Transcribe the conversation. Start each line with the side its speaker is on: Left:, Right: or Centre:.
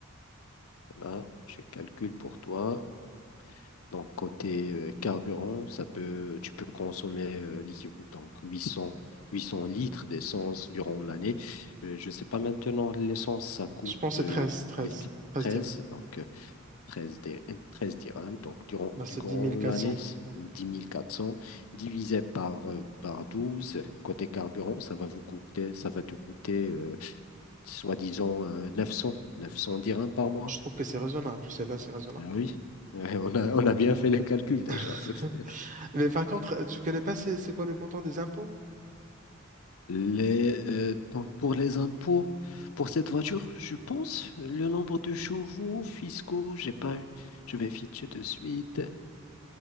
Left: Voilà, je calcule pour toi. Donc, côté euh, carburant, ça peut, tu peux consommer euh, l'équiv- donc huit 800 litres d'essence durant l'année. Euh, je ne sais pas maintenant, l'essence, ça coûte
Right: Je pense que c'est
Left: euh,
Right: treize treize
Left: les
Right: treize
Left: treize
Right: dire.
Left: donc euh, 13, dé- 13 dirhams. Donc, durant,
Right: Bah,
Left: durant
Right: c'est dix mille quatre
Left: l'année,
Right: cents
Left: c'est dix mille quatre cents divisé par, euh, par douze côté carburant, ça va vous coûter, ça va te coûter, euh, soi-disant, euh, neuf 900 dirhams par mois.
Right: Je trouve que c'est raisonnable. Celle-là, c'est raisonnable.
Left: Ah Ah oui. oui, Ouais, on a, on a bien fait les calculs déjà.
Right: <laughs>
Left: <laughs>
Right: Mais par contre, euh, tu connais pas c'est c'est quoi le montant des impôts?
Left: Les, euh, donc pour les impôts, pour cette voiture, je pense, le nombre de chevaux fiscaux, j'ai pas eu. Je vais vérifier de suite.